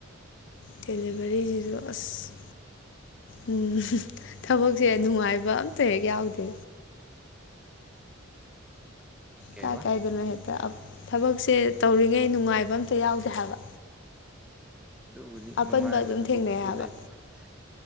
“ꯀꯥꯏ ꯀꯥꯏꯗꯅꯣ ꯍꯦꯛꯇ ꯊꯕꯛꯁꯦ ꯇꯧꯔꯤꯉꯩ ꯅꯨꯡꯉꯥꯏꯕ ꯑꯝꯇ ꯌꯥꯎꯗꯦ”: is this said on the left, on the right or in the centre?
Left